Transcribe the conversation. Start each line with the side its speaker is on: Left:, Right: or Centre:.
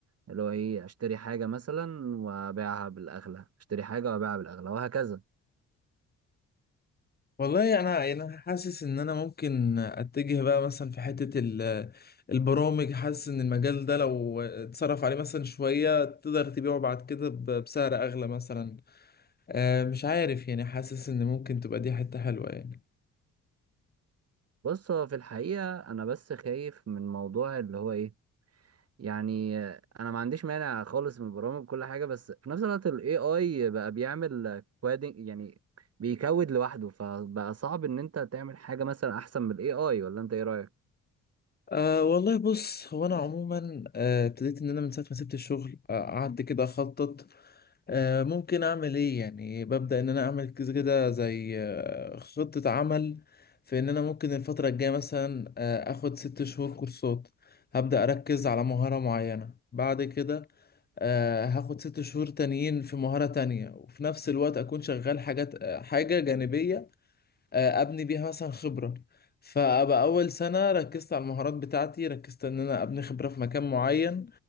Right: اللي هو ايه اشتري حاجه مثلا وابيعها بالاغلى اشتري حاجه وابيعها بالاغلى وهكذا
Left: والله يعني انا يعني انا حاسس ان انا ممكن اتجه بقى مثلا في حتة ال- البرامج حاسس ان المجال ده لو اتصرف عليه مثلا شوية تقدر تبيعه بعد كده ب- بسعر اغلى مثلا آه، مش عارف يعني حاسس ان ممكن تبقى دي حتة حلوة يعني
Right: بص هو في الحقيقه انا بس خايف من موضوع اللي هو ايه يعني انا ما عنديش مانع خالص من البرامج وكل حاجه بس في نفس الوقت الاي اي بقى بيعمل كوادنج يعني بيكود لوحده فبقى صعب ان انت تعمل حاجه مثلا احسن من الاي اي ولا انت ايه رايك
Left: أه والله بص هو انا عموما آه، ابتديت ان انا من ساعه ما سبت الشغل آه، قعدت كده اخطط آه، ممكن اعمل ايه يعني ببدأ ان انا اعمل كذا كده زي آه، خطة عمل في ان انا ممكن الفترة الجاية مثلا آه، اخد ست شهور كورسات هبدأ اركز على مهارة معينة بعد كده آه، هاخد ست شهور تانيين في مهارة تانية وفي نفس الوقت اكون شغال حاجات آه، حاجة جانبية آه، ابني بيها مثلا خبره فابقى اول سنه ركزت على المهارات بتاعتي ركزت ان انا ابني خبره في مكان معين